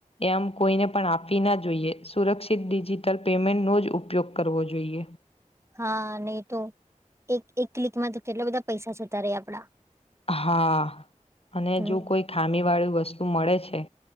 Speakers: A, on the left; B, on the right.
A: એમ કોઈને પણ આપવી ના જોઈએ સુરક્ષિત ડિજિટલ પેમેન્ટનો જ ઉપયોગ કરવો જોઈએ
B: હા નહી તો એક એક ક્લિકમાં તો કેટલા બધા પૈસા જતા ર આપડા
A: હા અને
B: હમ.
A: જો કોઈ ખામી વાળી વસ્તુ મળે છે